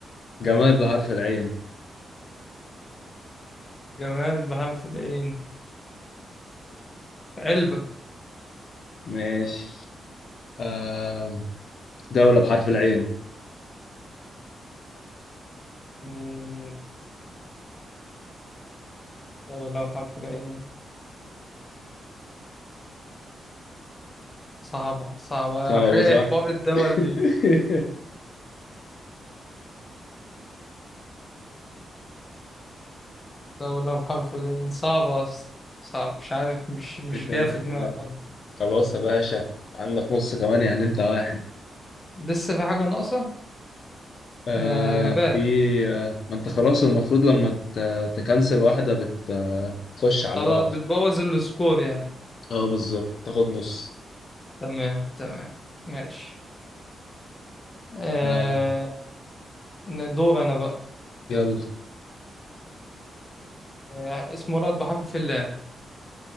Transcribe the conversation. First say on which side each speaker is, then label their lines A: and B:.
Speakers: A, on the left; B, on the left.
A: جماد بحرف العين
B: جمال بحرف العين علبة
A: ماشي آه، دولة بحرف العين
B: م. دولة بحرف العين صعبة صعبة
A: آه، هو
B: ايه
A: صح
B: حوار الدول دي
A: <laughs>
B: دولة بحرف العين صعبة أصلا صعب مش عارف مش مش
A: نكنسل
B: جاية في دماغي خالص
A: خلاص يا باشا عندك نص كمان يعني انت واحد
B: لسه في حاجة ناقصة
A: آه
B: آه نبات
A: في آه ما انت خلاص المفروض لما ت- تكنسل واحدة بتخش على اللي
B: خلاص
A: بعضها
B: بتبوظ السكور يعني
A: اه بالظبط تاخد نص
B: تمام تمام ماشي آه
A: آه
B: ن- دور أنا بقى
A: يلا
B: آه اسم ولد بحرف اللام